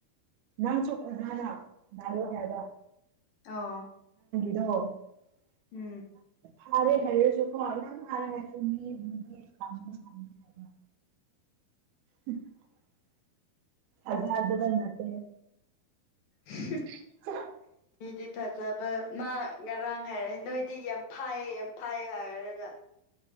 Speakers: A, on the right (about 75°); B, on the left (about 65°).
A: ꯅꯪꯁꯨ ꯐꯖꯅ <unintelligible>
B: ꯑꯧ
A: <unintelligible>
B: ꯎꯝ
A: ꯐꯔꯦ ꯍꯥꯏꯔꯁꯨ ꯈꯣ ꯐꯔꯦ ꯍꯥꯏꯁꯨ ꯃꯤ ꯀ ꯍꯥꯏꯔ <unintelligible> ꯑꯗ ꯑꯗ ꯅꯇꯦ
B: <unintelligible>
A: <unintelligible>
B: ꯃꯤꯗꯤ ꯊꯥꯖꯕ ꯃꯥ ꯉꯔꯥꯡ ꯍꯥꯏꯔꯛꯅꯤ ꯅꯣꯏꯗꯤ ꯌꯥꯝ ꯐꯥꯏꯌꯦ ꯌꯥꯝ ꯐꯥꯏꯌꯦ ꯍꯥꯏꯔꯒ